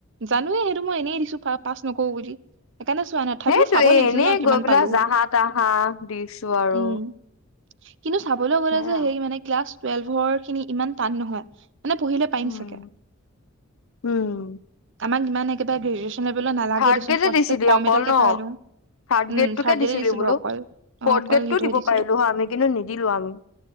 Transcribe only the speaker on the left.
সেইটোৱে
এনেই
গৈ পেলাই
জাহা তাহা দিছোঁ আৰু।
সেয়া
উম
উম
থাৰ্ড
গ্ৰেডে
দিছিলি
অকল
ন
থাৰ্ড গ্ৰেডটোকে
দিছিলি
বোলো
ফৰ্থ
গ্ৰেডটো
দিব
পাৰিলো হয় আমি কিন্তু নিদিলো আমি